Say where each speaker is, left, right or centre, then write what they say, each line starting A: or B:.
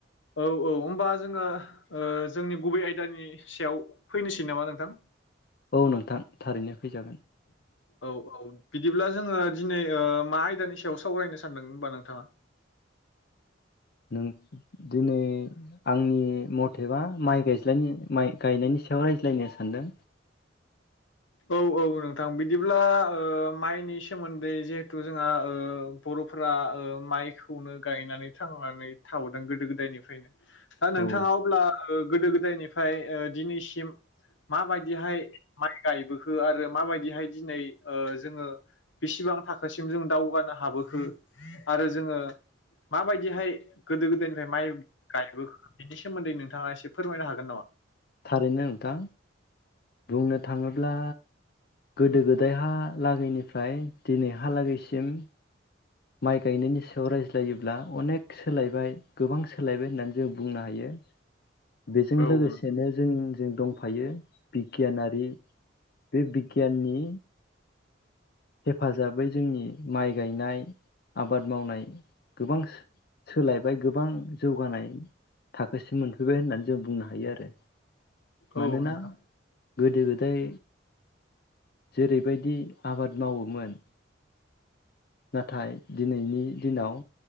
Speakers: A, on the left; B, on the left.
A: औ-औ होमबा जोङो ओ जोंनि गुबै आयदानि सायाव फैनोसै नामा नोंथां
B: औ नोंथां थारैनो फैजागोन।
A: औ औ बिदिब्ला जोङो दिनै ओ मा आयदानि सायाव सावरायनो सानदों होमबा नोंथाङा
B: नों दिनै आंनि मथेबा माइ गायज्लाय गायनायनि सायाव रायज्लायनो सानदों
A: औ-औ नोंथां बिदिब्ला ओ माइनि सोमोन्दै जिहेथु जोंहा ओ बरफोरा ओ माइखौनो गायनानै थांनानै थाबोदों गोदो गोदायनिफ्रायनो दा नोंथाङा
B: औ
A: अब्ला ओ गोदो गोदायनिफ्राय ओ दिनैसिम मा बायदिहाय <unintelligible> गायबोखो आरो माबायदिहाय दिनै ओ जोङो बेसिबां थाखोसिम जों दावगानो हाबोखो आरो जोङो माबायदिहाय गोदो गोदायनिफ्राय माइ गायबोखो बेनि सोमोन्दै नोंथाङा एसे फोरमायनो हागोन नामा?
B: थारैनो नोंथां। बुंनों थाङोब्ला गोदो गोदायहा लागैनिफ्राय दिनैहालागैसिम माइ गायनायनि सायाव रायज्लायोब्ला अनेक सोलायबाय गोबां सोलायबाय होननानै जों बुंनो हायो। बेजों
A: औ
B: लोगोसेनो
A: नोंथां
B: जों जों दंफायो बिगियानारि बे बिगियाननि हेफाजाबै जोंनि माइ गायनाय आबाद मावनाय गोबां सो सोलायबाय गोबां जौगानाय थाखोसिम मोनफैबाय होननानै जों बुंनो हायो आरो
A: औ
B: मानोना
A: नोंथां
B: गोदो गोदाय जेरैबायदि आबाद मावोमोन। नाथाय दिनैनि दिनाव